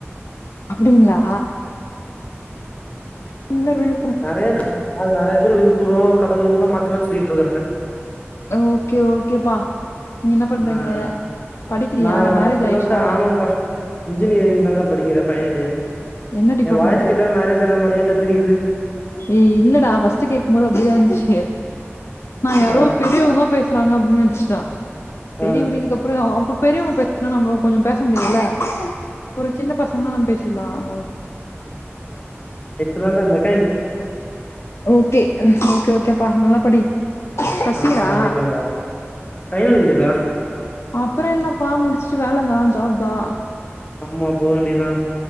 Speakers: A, on the left (about 70°); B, on the left (about 30°).
A: அப்படிங்களா இல்ல விழுப்புரம்
B: நறைய நறை ர் விழுப்புரோ கடலூர் தா மாத்தி மாத்தி சொல்லிட்டு இருக்காங்க
A: ஓகே ஓகேப்பா நீ என்ன பண்றீங்க
B: ஆ
A: படிக்கிறியா
B: நா
A: இல்ல மேரேஜ்
B: இப்பதாக்கா
A: ஆயிடுச்சா
B: ஆமாக்கா இன்ஜினியரிங் தாங்க படிக்கிற ஃபைனல் இயர்
A: என்ன டிபார்ட்மெண்ட
B: எ வாய்ஸ் கேட்டா மேரேஜ் ஆன மாரியேக்கா தெரியுது
A: ஏ இல்லடா ஃப்ர்ஸ்ட் கேக்கும் போது அப்படி தான் இருந்துச்சு நா யாரோ
B: ஆ
A: பெரியவங்க தா பேசுறாங்க அப்படின்னு நினைச்சிட்டோ சேரி
B: ஆ
A: விடு இதுக்கப்ரோ அப்ப பெரியவங்க பேசனா நம்ம கொஞ்சோ பேச முடியாதுல ஒரு சின்ன பசங்கனா நம் பேச் திலான்
B: ஆஹ் ஆஹ் ஹ் <unintelligible>
A: ஓகே ஓகே ஓகேப்பா நல்லா படி ஃபர்ஸ்ட்
B: ஆஹ்
A: இயரா
B: கண்டிப்ப அக்க பைனல் இயரு கா
A: அப்பரம் என்னப்பா முடிச்சுட்டு வேல தா ஜாப் தா
B: ஆமா போ வேண்டியதா